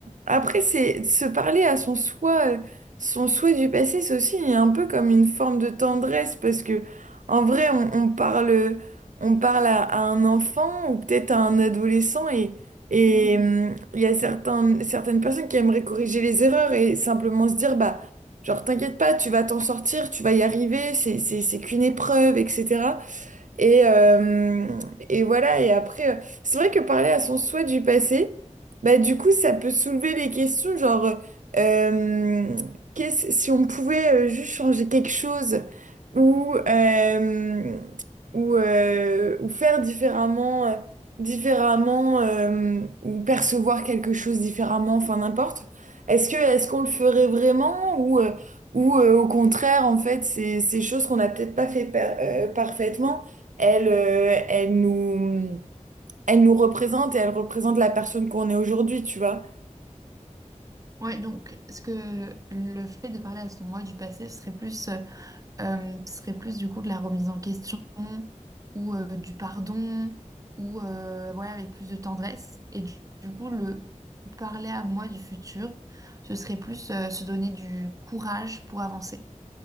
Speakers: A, on the right; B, on the right.
A: après, c'est se parler à son soi, euh, son souhait du passé, c'est aussi un peu comme une forme de tendresse parce que en vrai, on, on parle, on parle à, à un enfant ou peut-être à un adolescent et et
B: mm.
A: hum, il y a certains, certaines personnes qui aimeraient corriger les erreurs et simplement se dire bah genre t'inquiète pas, tu vas t'en sortir, tu vas y arriver, c'est c'est c'est qu'une épreuve, etc. Et, euh, et voilà, et après, euh, c'est vrai que parler à son souhait du passé, bah du coup, ça peut soulever les questions, genre, euh, qu'est-ce, si on pouvait euh, juste changer quelque chose ou, euh, ou, euh, ou faire différemment, euh, différemment euh, ou percevoir quelque chose différemment, enfin n'importe. Est-ce que, est-ce qu'on le ferait vraiment ou, euh, ou euh, au contraire, en fait, c'est, c'est choses qu'on n'a peut-être pas fait par- euh, parfaitement elle, euh, elle nous, elle nous représente et elle représente la personne qu'on est aujourd'hui, tu vois.
B: Ouais, donc, est-ce que le fait de parler à son moi du passé serait plus, euh, euh, serait plus du coup de la remise en question ou euh, du pardon ou euh, ouais, avec plus de tendresse? Et du, du coup, le parler à moi du futur, ce serait plus euh, se donner du courage pour avancer.